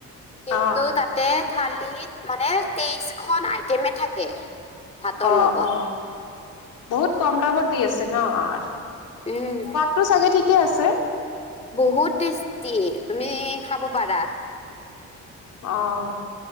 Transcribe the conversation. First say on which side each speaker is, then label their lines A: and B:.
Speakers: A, on the left; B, on the left.
A: কিন্তু
B: অ
A: তাত ততে থালিত মানে তেইশ খন আইটেমে থাকে ভাতৰ
B: অ
A: লগত
B: অ বহুত কম দামত দি আছে ন আৰু
A: উম।
B: তো চাগে ঠিকে আছে।
A: বহুত টেষ্টি তুমি খাব পাৰা।
B: অ'